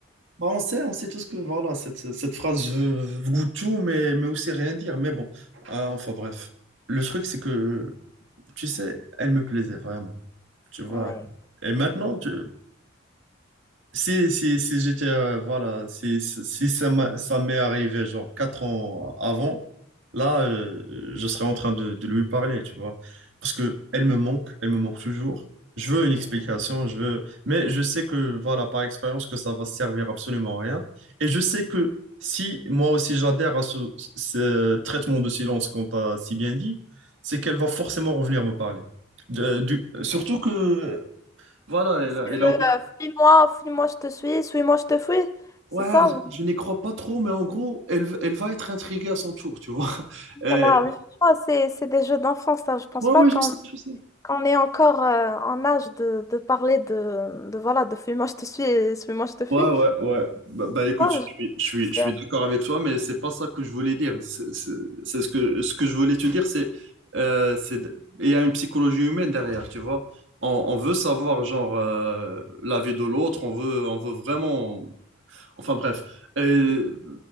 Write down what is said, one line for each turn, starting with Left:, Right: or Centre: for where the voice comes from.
Right: Bah, on sait, on sait tous que voilà, cette, cette phrase veut, veut tout, mais, mais aussi rien dire. Mais bon, Ah, enfin bref. Le truc, c'est que, tu sais, elle me plaisait vraiment. Tu vois.
Left: Ouais.
Right: Et maintenant, tu, si, si, si j'étais, euh, voilà, si, si si ça m'a- ça m'est arrivé genre quatre ans avant, là, euh, je serais en train de, de lui parler, tu vois. Parce que elle me manque, elle me manque toujours. Je veux une explication, je veux... Mais je sais que, voilà, par expérience, que ça va servir absolument à rien. Et je sais que si moi aussi j'adhère à ce, ce traitement de silence qu'on t'a si bien dit, c'est qu'elle va forcément revenir me parler. De- du- surtout que... Voilà, elle
Left: C'est
Right: a, elle
Left: le
Right: a
Left: Mm. euh, fuis-moi, fuis-moi, je te suis, suis-moi, je te fuis.
Right: Ouais,
Left: C'est ça, vous-
Right: je je n'y crois pas trop, mais en gros, elle, v- elle va être intriguée à son tour, tu vois. <laughs> Euh,
Left: voilà. Mais franchement, c'est, c'est des jeux d'enfance, ça. Je pense
Right: ouais,
Left: pas
Right: ouais,
Left: qu'on
Right: je sais, je sais.
Left: qu'on est encore euh, en âge de, de parler de, de, voilà, de fuis-moi, je te suis et suis-moi, je te fuis.
Right: Ouais, ouais, ouais. Bah, bah, écoute,
Left: Ouais,
Right: je
Left: je-
Right: suis,
Left: trouve
Right: je suis,
Left: que
Right: je
Left: c'est-
Right: suis d'accord avec toi, mais c'est pas ça que je voulais dire. C'est c'est- c'est ce que, ce que je voulais te dire, c'est euh, c'est de- il y a une psychologie humaine derrière, tu vois. On, on veut savoir, genre, euh, la vie de l'autre, on veut, on veut vraiment Enfin bref, Euh,